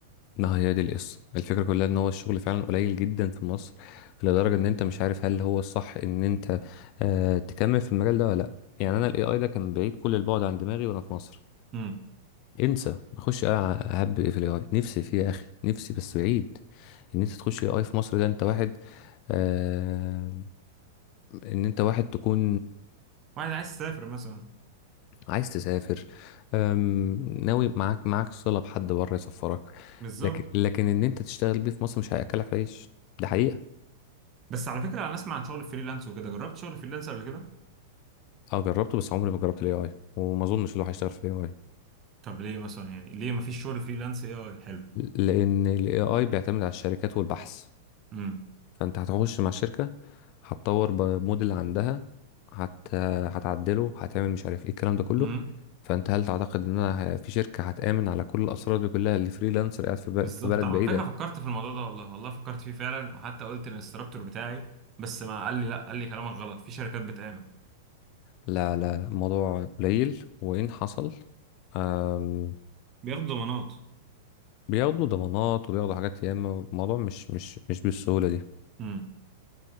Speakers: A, on the left; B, on the right.
A: ما هي دي القصه الفكره كلها ان هو الشغل فعلا قليل جدا في مصر لدرجه ان انت مش عارف هل هو الصح ان انت آه تكمل في المجال ده ولا لا يعني انا الاي اي ده كان بعيد كل البعد عن دماغي وانا في مصر
B: امم
A: انسى اخش أ- اهب ايه في الاي اي نفسي فيه يا اخي نفسي بس بعيد ان انت تخش الاي اي في مصر ده انت واحد آه ان انت واحد تكون
B: واحد عايز يسافر مثلا
A: عايز تسافر أم، ناوي معاك معاك صلة بحد بره يسفرك
B: بالظبط
A: لكن لكن ان انت تشتغل بيه في مصر مش هياكلك عيش ده حقيقة
B: بس على فكرة أنا أسمع عن شغل فريلانس وكده جربت شغل فريلانس قبل كده
A: اه جربته بس عمري ما جربت الاي اي وما اظنش اللي هو هيشتغل في الاي اي
B: طب ليه مثلا يعني ليه مفيش شغل فريلانس اي اي حلو
A: لان الاي اي بيعتمد على الشركات والبحث
B: امم
A: فانت هتخش مع الشركة هتطور بموديل عندها هت... هتعدله هتعمل مش عارف ايه الكلام ده كله
B: امم
A: فانت هل تعتقد ان انا ه- في شركة هتآمن على كل الاسرار دي كلها اللي فريلانسر قاعد في, ب...
B: بالظبط
A: في بلد
B: أنا
A: بعيدة
B: على فكرة فكرت في الموضوع ده والله والله فكرت فيه فعلا وحتى قلت للانستراكتور بتاعي بس ما قال لي لا قال لي كلامك غلط في شركات بتعمل
A: لا لا لا، الموضوع قليل وإن حصل أم
B: بياخدوا ضمانات
A: بياخدوا ضمانات وبياخدوا حاجات ياما الموضوع مش مش مش بالسهولة دي
B: امم